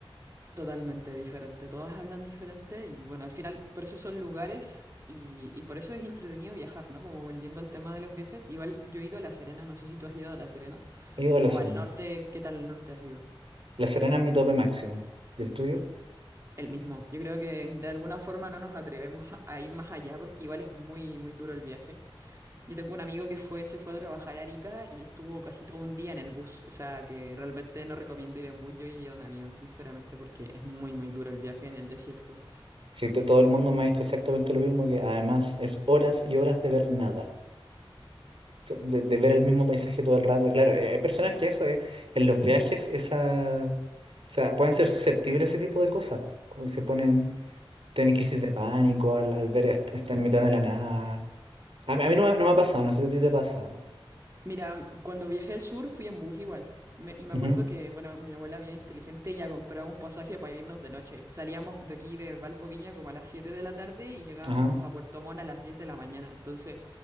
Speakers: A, on the right; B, on the right.
A: Totalmente diferente, todas hablan diferente y bueno, al final por eso son lugares y, y por eso es entretenido viajar, ¿no? Como volviendo al tema de los viajes, igual yo he ido a La Serena, no sé si tú has ido a La Serena
B: He ido a La
A: o
B: Serena.
A: al norte, ¿qué tal al norte has ido?
B: La Serena es mi tope máximo. ¿Y el tuyo?
A: El mismo. Yo creo que de alguna forma no nos atrevemos <laughs> a ir más allá porque igual es muy, muy duro el viaje. Yo tengo un amigo que fue, se fue a trabajar a Arica y estuvo casi todo un día en el bus, o sea que realmente no recomiendo ir en bus, yo iría en avión, sinceramente, porque es muy, muy duro el viaje en el desierto.
B: Sí, to- todo el mundo me ha dicho exactamente lo mismo, que además es horas y horas de ver nada, de, de ver el mismo paisaje todo el rato. Y Claro, eh, hay personas que eso, eh, en los viajes, esa, o sea, pueden ser susceptibles a ese tipo de cosas, como que se ponen, tienen crisis de pánico al, al ver est- estar en mitad de la nada. A, mí a mí no, me no me ha pasado, no sé si a ti te ha pasado.
A: Mira, cuando viajé al sur fui en bus igual. Me- y me
B: Ujú,
A: acuerdo que, bueno, mi abuela bien inteligente ya compraba un pasaje para irnos de noche. Salíamos de aquí de Valpo Viña como a las 7 de la tarde y llegábamos
B: ajá,
A: a Puerto Montt a las 10 de la mañana. Entonces,